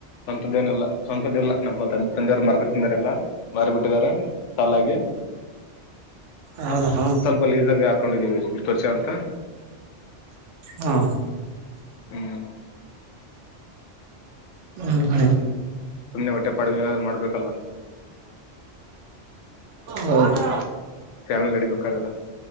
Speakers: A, on the left; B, on the right.
A: ಅಂತದ್ದೇನೆಲ್ಲ. ಸ್ವಂತದ ಇಲ್ಲಾ ನಮ್ಮ ತಂದೆಯವ್ರು ಮಾರ್ಕಟ್ಟ ತಿಂದರೆ ಎಲ್ಲ ಮಾರಿ ಬಿಟ್ಟಿದಿದ್ದಾರೆ ಸಾಲಾಗಿ.
B: ಹೌದಾ ಹಾ
A: ಸ್ವಲ್ಪ ಲೀಸಗ ಹಾಕೊಂಡಿದೀವಿ ಇಷ್ಟು ವರ್ಷ ಅಂತ.
B: ಹಾ
A: ಹ್ಮ್
B: ಹ ಹಾ
A: ಸುಮ್ನೆ ಹೊಟ್ಟೆ ಪಾಡುವ ಏನಾದ್ರು ಮಾಡ್ಬೇಕಲ್ಲ
B: ಹೌದು
A: ಕ್ಯಾಮಿಲ್ ರಡಿ ಬೇಕಾದ್ರ